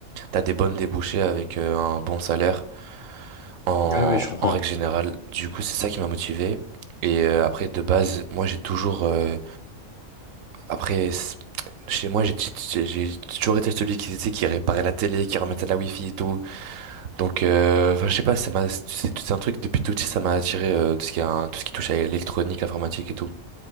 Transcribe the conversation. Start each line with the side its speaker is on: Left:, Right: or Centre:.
Right: t'as des bonnes débouchés avec euh, un bon salaire en,
Left: Ouais, ouais, je comprends.
Right: en règle générale. Du coup, c'est ça qui m'a motivé. Et euh, après, de base, moi, j'ai toujours... euh, après, c- chez moi, j'ai j'ai- j'ai toujours été celui qui, tu sais, qui réparait la télé, qui remettait la wifi et tout. Donc, euh, enfin, je sais pas, ça m'a, c'est c'est un truc depuis tout petit, ça m'a attiré euh, tout ce qui a, tout ce qui touche à l'électronique, l'informatique et tout.